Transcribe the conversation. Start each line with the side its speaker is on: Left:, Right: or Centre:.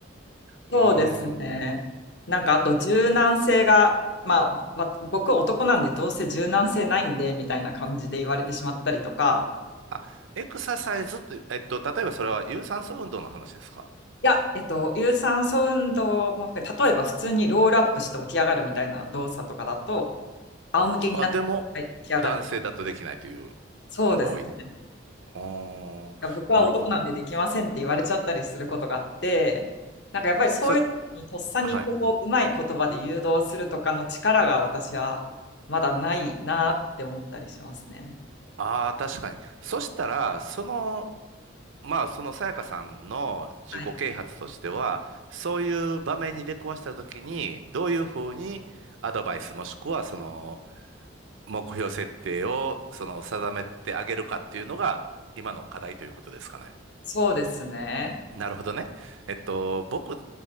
Right: うーん。
Left: そうですね。なんかあと柔軟性が、まあ、わ僕は男なんでどうせ柔軟性ないんでみたいな感じで言われてしまったりとか、
Right: あ、エクササイズって、えっと、例えばそれは有酸素運動の話ですか
Left: いや、えっと、有酸素運動も含めて、例えば普通にロールアップして起き上がるみたいな動作とかだと、仰向けになって起き上がるとか。
Right: あ、でも、男性だとできないという
Left: そうですね。
Right: のが多い。ああ、
Left: が僕は男なんでできませんって言われちゃったりすることがあって、
Right: なるほど。
Left: なんかやっぱりそういう時にとっさにこう、
Right: そ、はい。
Left: うまい言葉で誘導するとかの力が私はまだないなって思ったりしますね。
Right: ああ、確かに。そしたら、その、まあ、そのさやかさんの自己啓発としては、
Left: はい。
Right: そういう場面に出くわしたときに、どういうふうにアドバイスもしくは、その、目標設定を、その、定めてあげるかっていうのが、今の課題ということですかね。
Left: そうですね。
Right: なるほどね。えっと、僕